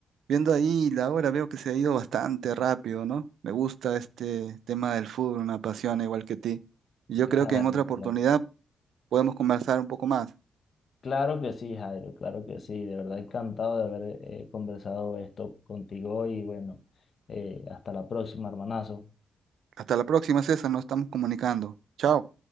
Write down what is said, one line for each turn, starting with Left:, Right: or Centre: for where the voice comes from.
Right: Viendo ahí la hora, veo que se ha ido bastante rápido, ¿no? Me gusta este tema del fútbol, me apasiona igual que ti. Y yo creo
Left: claro,
Right: que en otra oportunidad
Left: claro.
Right: podemos conversar un poco más.
Left: Claro que sí, Jairo, claro que sí, de verdad encantado de haber eh, conversado esto contigo y bueno, eh, hasta la próxima, hermanazo.
Right: Hasta la próxima, César, nos estamos comunicando. Chao.